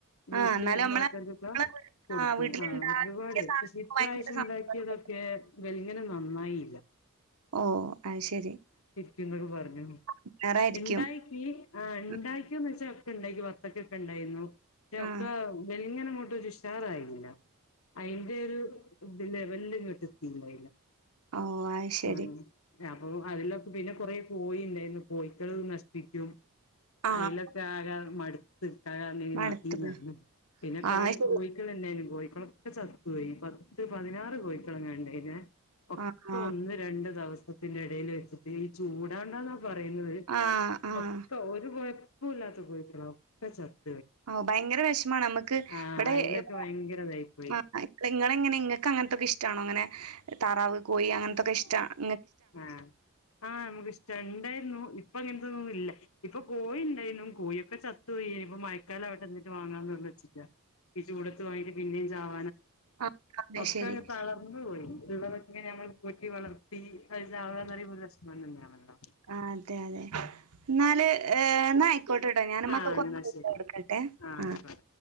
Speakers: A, on the left; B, on the right.
A: വീട്ടിൽ
B: ആഹ് ഇന്നാലും
A: വരുന്ന
B: നമ്മളെ
A: ആൾക്കാർക്ക്
B: നമ്മളെ
A: ഇ
B: വീ
A: കൊടുക്കും
B: ആഹ് വീട്ടില്ണ്ടാക്കിയ
A: ആ ഒരുപാട്
B: സാധനങ്ങൾക്ക്
A: പക്ഷെ ഇപ്രാവശ്യം
B: ഭയങ്കര സന്തോഷാ.
A: ഉണ്ടാക്കിയതൊക്കെ വല- അങ്ങനെ നന്നായില്ല
B: ഓ അത് ശരി
A: കന്ദ കുമാർ <inaudible> അ <unintelligible>
B: ഉഷാറായിരിക്കും.
A: എണ്ടായി കി ആ ണ്ടായിക്കോന്ന്
B: ഉം
A: വെച്ചാ ഒക്കെ ഉണ്ടാക്കി വറത്തൊക്ക ഒക്കെ ഉണ്ടായിരുന്നു ഒക്കെ
B: ആഹ്
A: വെളി ഇങ്ങനെ അങ്ങോട്ട് ഒരു ഉഷാറായില്ല അതിന്റെ ഒരു ലെവല് ഇങ്ങോട്ട് എത്തില്ലായില്ല
B: ഓഹ് അത് ശരി.
A: ഉ അപ്പൊ അതിലൊക്കെ പിന്നെ കൊറ പോയിണ്ട് എന്ന് പോയി ഉം നഷ് പി ക്കും
B: ആഹ്
A: ആ ഇലക്ക ആഗ മാ <unintelligible> തക്ക
B: മട്ത്ത്ക്ക്ണ്.
A: മാറ്റീല്ലന്ന് പിന്നെ കൊറേ
B: ആഹ് അത്
A: കോഴികള്
B: ശരി.
A: എന്താലും കോഴിക്കളൊക്കെ ചത്തുപോയി പത്ത് പതിനാറ് കോഴിക്കളങ്ങ ഉണ്ടാ നേ ഒക്കെ
B: ആഹ് ആഹ്
A: ഒന്ന് രണ്ട് ദിവസം സത്തിന്റെ ഇടയിൽ വെച്ചിട്ട് ഈ ചൂടാണ്ടാന്നാ പറയുന്നത്
B: ആഹ്
A: ഒ
B: ആഹ്
A: <unintelligible> പ്പ ഒരു കൊഴപ്പോ ഇല്ലാത്ത കോഴികളാ ഒക്കെ ചത്ത്
B: ഓ ഭയങ്കര വിഷമാണ് നമ്മക്ക്
A: ആഹ്
B: ഇവിടെ
A: അയിലൊക്കെ
B: ഇവിടെ
A: ഭയങ്കര ഇതായി പോയി
B: ആ ഇങ്ങ ഇങ്ങൾക്ക് അങ്ങനത്തൊക്കെ ഇഷ്ടമാണോ അങ്ങനെ തറാവ് കോഴി അങ്ങനത്തൊക്കെ ഇഷ്ടമാണ്
A: ആഹ് ആഹ് നമുക്ക് ഇഷ്ട്ടം ഇണ്ടായിരുന്നു ഇപ്പ അങ്ങനത്തെ ഒന്നും ഇല്ല ഇപ്പൊ കോഴി ഇണ്ടായിനും കോഴിയൊക്കെ ചത്ത് പോയി ഇനി ഇപ്പൊ മയക്കാലം ആവട്ടെ എന്നിട്ട് വാങ്ങാന്നു വെച്ചിരിക്കുവാ ഈ ചൂടത്ത് വാങ്ങിട്ട് പിന്നേം ചാവ-
B: ആഹ് അത്
A: പോ <unintelligible> ഒക്കെണ്ട്
B: ശരി
A: തളർന്നു പോയി. ഇള്ളതൊക്കങ്ങനെ നമ്മൾ പോറ്റി വളർത്തി അത അവ ന <unintelligible> ആ
B: ആ അതെ അതെ എന്നാല് ഏന്ന ആയിക്കോട്ടട്ടോ ഞാനൻ മക്ക
A: ആഹ്
B: കൊറട്ട
A: എന്നാ ശരി
B: എടുക്കട്ടെ
A: ആഹ് ആയിക്കോട്ടെ
B: ആ